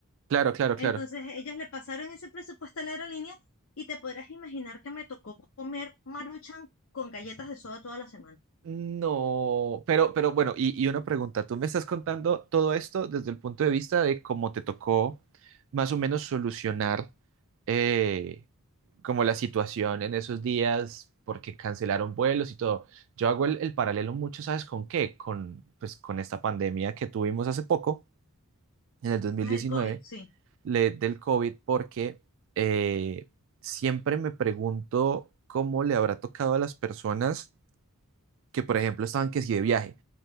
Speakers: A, on the right (about 60°); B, on the left (about 60°).
A: Claro, claro, claro.
B: Entonces ellos le pasaron ese presupuesto a la aerolínea y te podrás imaginar que me tocó comer Maruchan con galletas de soda toda la semana.
A: No, pero, pero bueno, y, y una pregunta, tú me estás contando todo esto desde el punto de vista de cómo te tocó más o menos solucionar eh, como la situación en esos días porque cancelaron vuelos y todo. Yo hago el, el paralelo mucho, ¿sabes con qué? Con, pues, con esta pandemia que tuvimos hace poco, en el dos mil
B: Ah,
A: diecinueve.
B: el COVID, sí.
A: le- del COVID porque eh, siempre me pregunto cómo le habrá tocado a las personas que, por ejemplo, estaban que si de viaje.